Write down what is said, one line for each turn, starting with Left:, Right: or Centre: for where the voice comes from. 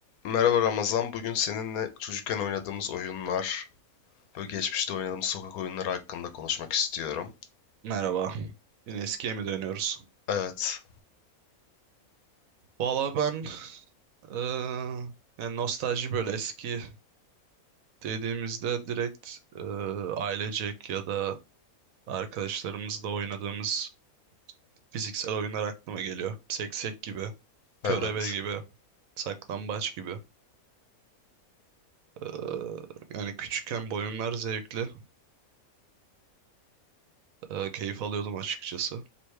Left: Merhaba Ramazan, bugün seninle çocukken oynadığımız oyunlar ve geçmişte oynadığımız sokak oyunları hakkında konuşmak istiyorum.
Right: Merhaba. Yine eskiye mi dönüyoruz?
Left: Evet,
Right: Valla ben eee, yani nostalji böyle eski dediğimizde direkt eee, ailecek ya da arkadaşlarımızla oynadığımız fiziksel oyunlar aklıma geliyor. Seksek gibi,
Left: evet.
Right: körebe gibi, saklambaç gibi. Eee, yani küçükken bu oyunlar zevkli. Eee, keyif alıyordum açıkçası.